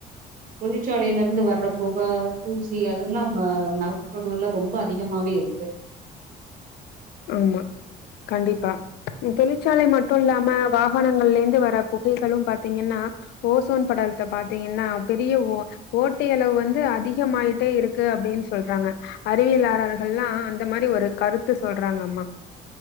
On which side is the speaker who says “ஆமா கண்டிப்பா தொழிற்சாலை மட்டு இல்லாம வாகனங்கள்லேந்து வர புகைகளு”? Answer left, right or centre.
Left